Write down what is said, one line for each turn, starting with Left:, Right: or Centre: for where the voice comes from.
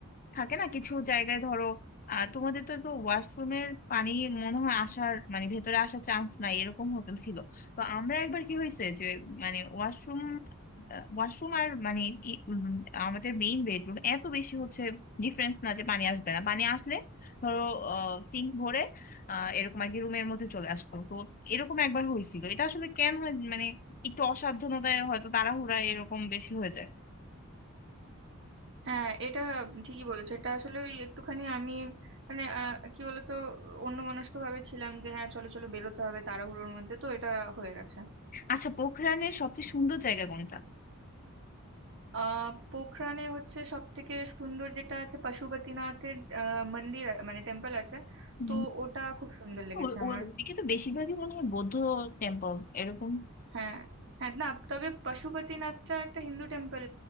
Left: থাকে না কিছু জায়গায় ধরো আহ, তোমাদের তো তো ওয়াশরুমের পানি মনে হয় আসার মানে ভেতরে আসার চান্স নাই এরকম হোটেল ছিল তো আমরা একবার কি হয়েছে যে মানে ওয়াশরুম ওয়াশরুম আর মানে ই- উম, আমাদের মেইন বেডরুম এত বেশি হচ্ছে ডিফারেন্স না যে পানি আসবে না পানি আসলে ধরো সিঙ্ক ভরে আহ, এরকম আর কি রুমের মধ্যে চলে আসতো তো এরকম একবার হয়েছিল এটা আসলে কেন হয় মানে একটু অসাবধানতায় হয়তো তাড়াহুড়া এরকম বেশি হয়ে যায়
Right: হ্যাঁ এটা ঠিকই বলেছো এটা আসলে ওই একটুখানি আমি মানে আহ, কি বলতো অন্যমনস্ক ভাবে ছিলাম যে হ্যাঁ চলো চলো বেরোতে হবে তাড়াহুড়োর মধ্যে তো এটা হয়ে গেছে
Left: আচ্ছা পোখরানের সবচেয়ে সুন্দর জায়গা কোনটা
Right: আহ পোখরানে হচ্ছে সব থেকে সুন্দর যেটা আছে পশুপতিনাথের আহ, মন্দির আ- মানে টেম্পল আছে
Left: উম,
Right: তো ওটা খুব সুন্দর লেগেছে
Left: ও- ও-
Right: আমার
Left: ওদিকে তো বেশিরভাগই মনে হয় বৌদ্ধ টেম্পল এরকম
Right: হ্যাঁ হ্যাঁ না তবে পশুপতিনাথটা একটা হিন্দু টেম্পল